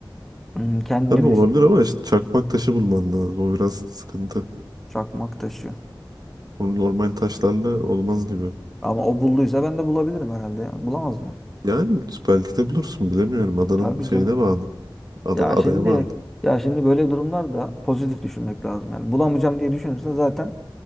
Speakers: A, in the centre; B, on the right.
A: Hmm, Kendini
B: Tabii olabilir
A: besliyor.
B: ama işte çakmak taşı bulman lazım. O biraz sıkıntı.
A: Çakmak taşı.
B: Onun normal taşlarla olmaz gibi.
A: Ama o bulduysa ben de bulabilirim herhalde ya. Bulamaz mı?
B: Yani belki de bulursun bilemiyorum. Adanın
A: Tabii canım.
B: şeyine bağlı. Ada,
A: Ya
B: adaya
A: şimdi
B: bağlı.
A: ya şimdi böyle durumlarda pozitif düşünmek lazım. Yani bulamayacağım diye düşünürsen zaten